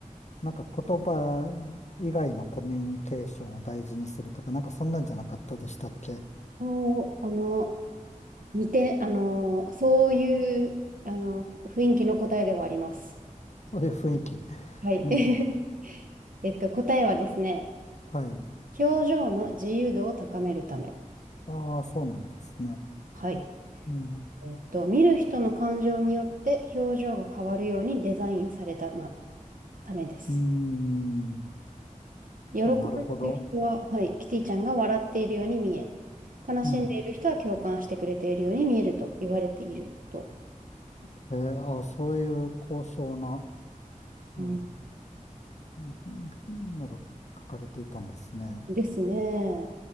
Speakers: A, on the left; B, on the right.
A: なんか言葉以外のコミュニケーションを大事にするとか、なんかそんなんじゃなかったでしたっけ
B: そう、あの、似て、あの、そういう、あの、雰囲気の答えではあります。
A: そういう雰囲気。
B: はい。
A: ええ
B: <laughs> えっと、答えはですね、
A: はい。
B: 表情の自由度を高めるため。
A: ああ、そうなんですね。
B: はい。
A: うん、
B: えっと、見る人の感情によって表情が変わるようにデザインされた、ま、ためです。
A: うーん、
B: 喜ん
A: あ、なるほど。
B: でいる人は、はい、キティちゃんが笑っているように見え、悲しんでいる人は共感してくれているように見えると言われていると。
A: うん。えー、あ、そういう高尚な、うん
B: うん、
A: うんうんのが書かれていたんですね。
B: ですね。